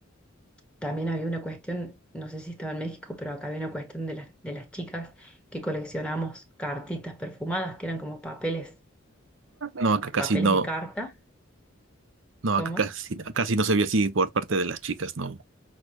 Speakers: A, in the centre; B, on the right.
A: también había una cuestión, no sé si estaba en México, pero acá había una cuestión de las, de las chicas que coleccionábamos cartitas perfumadas, que eran como papeles,
B: No, acá casi
A: papeles
B: no,
A: de carta.
B: no,
A: ¿Cómo?
B: acá casi, acá casi no se veía así por parte de las chicas, no.